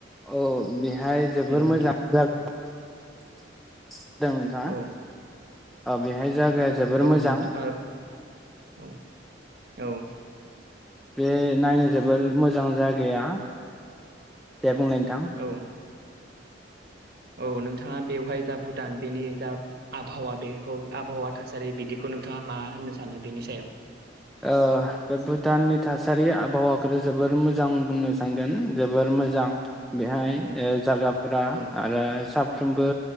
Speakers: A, in the centre; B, on the right.
A: औ बेहाय जोबोर
B: नोंथां
A: मोजां जागोन जादों नोंथाङा
B: औ
A: ओ बेहाय जागाया जोबोर
B: औ
A: मोजां।
B: नोंथां औ औ
A: बे नायनाय जोब जोबोर मोजां जागाया। दे बुंलाय नोंथां।
B: ओ औ नोंथाङा बेवहाय जा भुटान बेनि जा आबहावा बेखौ आबहावा थासारि बिदिखौ नोंथाङा मा होननो सानो बेनि सायाव
A: ओह बे भुटाननि थासारि आबहावाखौथ जोबोर मोजां बुंनो सानगोन जोबोर मोजां बेहाय
B: औ
A: जागाफोरा
B: औ
A: आरो सा साफ्रोमबो